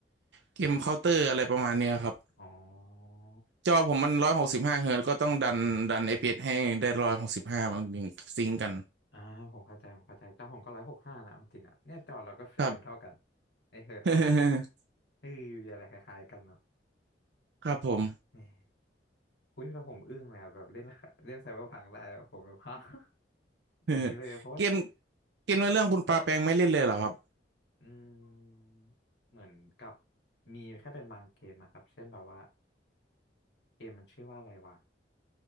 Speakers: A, on the right; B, on the left.
A: เกมเคาน์เตอร์อะไรประมาณเนี้ยครับ
B: อ๋อ
A: จอผมมันร้อยหกสิบห้าเฮิร์ตซ์ก็ต้องดันดันเ p s ให้ได้ร้อยหกสิบห้ามันถึงซิงก์กัน
B: อ่าผมเข้าใจผมเข้าใจแต่ผมก็ร้อยหกห้านะเอาจริงอ่ะเนี่ยจอเราก็เฟรมเท่ากัน
A: ครับ
B: ไอเฮิร์ตเท่ากัน
A: <laughs>
B: เออมีอะไรคล้ายๆกันเนาะ
A: ครับผม
B: แหมอุ้ยแต่ผมอึ้งเล้แบบเล่นเล่นไซเบอร์พังได้อะผมแบบฮะ <laughs> อย่างนี้เลยเพราะว่า
A: <laughs> เกมเกมในเรื่องคุณปาแปงไม่เล่นเลยเหรอครับ
B: อืมเหมือนกับมีแค่เป็นบางเกมอะครับเช่นแบบว่าเกมมันชื่อว่าอะไรวะ